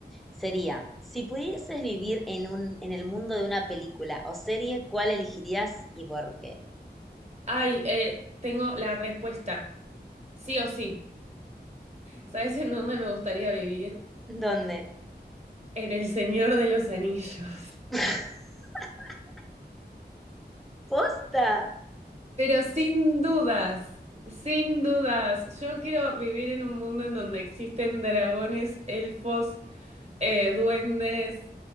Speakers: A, in the centre; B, on the right (about 40°).
A: Sería, si pudieses vivir en un, en el mundo de una película o serie, ¿cuál elegirías y por qué?
B: Ay, eh, tengo la respuesta. Sí o sí. ¿Sabes en dónde me gustaría vivir?
A: ¿Dónde?
B: En El Señor de los Anillos.
A: <laughs> ¡Posta!
B: Pero sin dudas, sin dudas, yo quiero vivir en un mundo en donde existen dragones, elfos, eh, duendes.